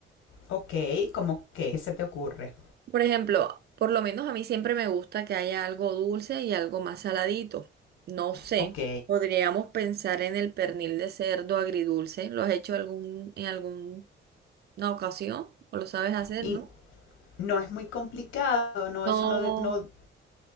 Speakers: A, on the left; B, on the right.
A: Ok, ¿Cómo que, ¿qué se te ocurre?
B: Por ejemplo, por lo menos a mí siempre me gusta que haya algo dulce y algo más saladito. No sé,
A: Ok.
B: podríamos pensar en el pernil de cerdo agridulce. ¿Lo has hecho algún, en alguna ocasión? ¿O lo sabes hacer,
A: Y
B: no?
A: no es muy complicado, no,
B: No,
A: eso no, de- no,